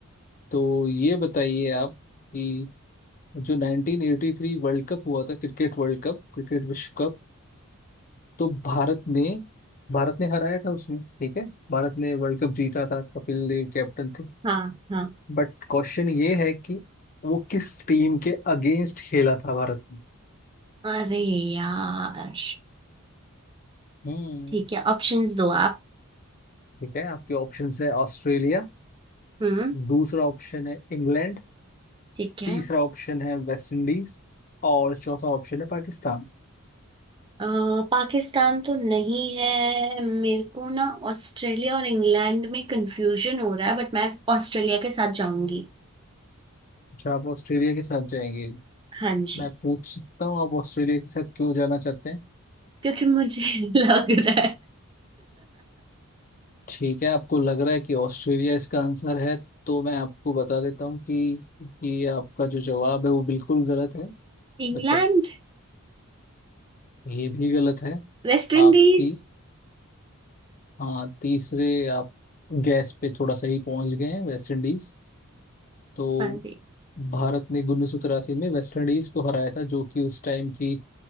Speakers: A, on the left (about 40°); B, on the right (about 20°).
A: तो ये बताइए आप कि जो 1983 वर्ल्ड कप हुआ था क्रिकेट वर्ल्ड कप क्रिकेट विश्व कप तो भारत ने भारत ने हराया था उसमें ठीक है भारत ने वर्ल्ड कप जीता था कपिल देव कैप्टन थे
B: हाँ हाँ
A: बट क्वेश्चन ये है कि वो किस टीम के अगेंस्ट खेला था भारत ने
B: अरे यार
A: हम्म
B: ठीक है ऑप्शंस दो आप
A: ठीक है आपके ऑप्शंस है ऑस्ट्रेलिया
B: हम्म
A: दूसरा ऑप्शन है इंग्लैंड
B: ठीक है
A: तीसरा ऑप्शन है वेस्ट इंडीज और चौथा ऑप्शन है पाकिस्तान
B: अ, पाकिस्तान तो नहीं है मेरे को ना ऑस्ट्रेलिया और इंग्लैंड में कंफ्यूजन हो रहा है बट मैं ऑस्ट्रेलिया के साथ जाऊंगी
A: अच्छा आप ऑस्ट्रेलिया के साथ जाएंगे
B: हाँ जी
A: मैं पूछ सकता हूँ आप ऑस्ट्रेलिया के साथ क्यों जाना चाहते हैं
B: क्योंकि मुझे <laughs> लग रहा है
A: ठीक है आपको लग रहा है कि ऑस्ट्रेलिया इसका आंसर है तो मैं आपको बता देता हूँ कि ये आपका जो जवाब है वो बिल्कुल गलत है
B: <laughs> इंग्लैंड
A: मतलब ये भी गलत है
B: West Indies
A: आप ती, हाँ तीसरे आप गैस पे थोड़ा सही पहुंच गए हैं वेस्ट इंडीज तो
B: हाँ जी
A: भारत ने उन्नीस सौ तिरासी में वेस्ट इंडीज को हराया था जो कि उस टाइम की